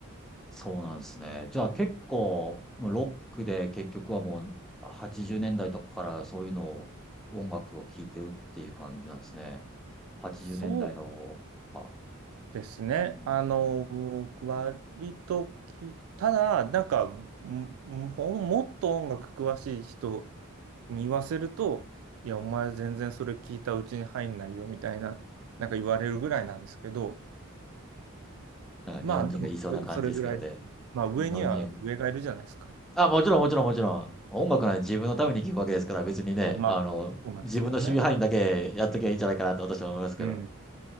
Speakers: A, in the centre; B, on the right.
A: そうなんですね。じゃあ結構、もうロックで結局はもう80年代とかからそういうのを、音楽を聴いてるっていう感じなんですね。80年代の、
B: そう
A: か、
B: ですね。
A: うん、
B: あの、割とき、ただ、なんか、も、ももっと音楽詳しい人に言わせると、いや、お前全然それ聞いたうちに入んないよ、みたいな、なんか言われるぐらいなんですけど、
A: なんか日本人が言いそうな感じですけどね。
B: まあ、でもそれ、それぐらい、まあ、上には上がいるじゃないですか。
A: 日本人、あ、もちろん、もちろん、もちろん。音楽なんて自分のために聴くわけですから、別にね、
B: いや、まあ、
A: あの、
B: そうなんですけどね。
A: 自分の守備範囲だけやっときゃいいんじゃないかなと私は思いますけど。
B: うん。